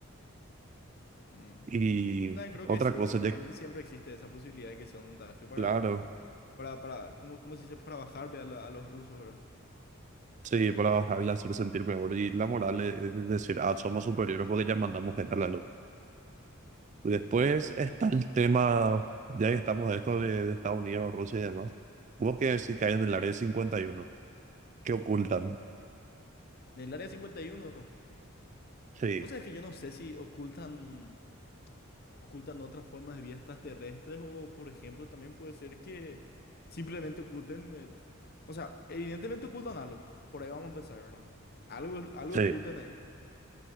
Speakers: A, on the left; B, on the right.
A: Mm.
B: Y
A: Yo también creo
B: otra
A: que sí,
B: cosa,
A: ¿verdad? Pero
B: ya,
A: también siempre existe esa posibilidad de que sea un montaje para,
B: claro,
A: para, para, ¿cómo, cómo se dice? Para bajarle a, la- a los rusos, ¿verdad?
B: sí, para bajarle, hacer sentir mejor. Y la moral es es decir, ah, somos superiores porque ya mandamos gente a la luz. Después
A: Claro.
B: está el tema, ya que estamos de esto de, de Estados Unidos, Rusia y demás. Hubo que si caen en el área cincuenta y uno que ocultan.
A: En el área 51,
B: Sí,
A: vos sabés que yo no sé si ocultan, ocultan otras formas de vida extraterrestres o, por ejemplo, también puede ser que simplemente oculten, eh, o sea, evidentemente ocultan algo. Por ahí vamos a empezar, ¿verdad? Algo, algo
B: sí.
A: ocultan ahí.